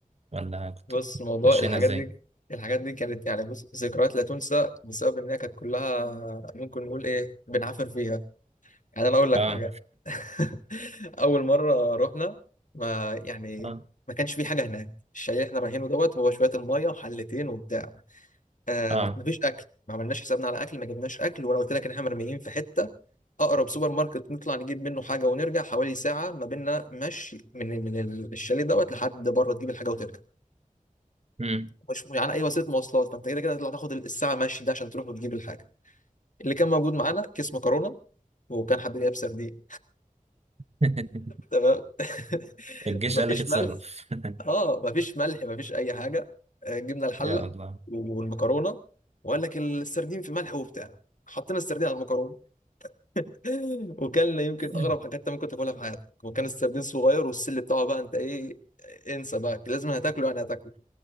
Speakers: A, on the right; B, on the left.
A: ولا كنتوا
B: بص موضوع
A: ماشيين
B: الحاجات
A: ازاي
B: دي الحاجات دي كانت يعني بص ذكريات لا تنسى بسبب ان هي كانت كلها ممكن نقول ايه بنعافر فيها يعني انا اقول لك
A: اه
B: حاجه <laughs> اول مره رحنا ما يعني
A: اه
B: ما كانش في حاجه هناك الشاليه اللي احنا رايحينه دوت هو شويه الميه وحلتين وبتاع آه
A: اه
B: مفيش اكل ما عملناش حسابنا على اكل ما جبناش اكل وانا قلت لك ان احنا مرميين في حته اقرب سوبر ماركت نطلع نجيب منه حاجه ونرجع حوالي ساعه ما بيننا مشي من من الشاليه دوت لحد بره تجيب الحاجه وترجع
A: مم.
B: مش يعني اي وسيله مواصلات فانت كده كده هتطلع تاخد الساعه مشي ده عشان تروح وتجيب الحاجه اللي كان موجود معانا كيس مكرونه وكان حد جايب سردين
A: <laughs>
B: تمام <laughs>
A: الجيش
B: مفيش
A: قال لك اتصرف
B: ملح
A: <laughs>
B: اه مفيش ملح مفيش اي حاجه آه، جبنا الحله
A: يا الله
B: والمكرونه وقال لك السردين في ملح وبتاع حطينا السردين على المكرونه <laughs> وكلنا يمكن
A: <laughs>
B: اغرب حاجات انت ممكن تاكلها في حياتك وكان السردين صغير والسل بتاعه بقى انت ايه انسى بقى لازم هتاكله يعني هتاكله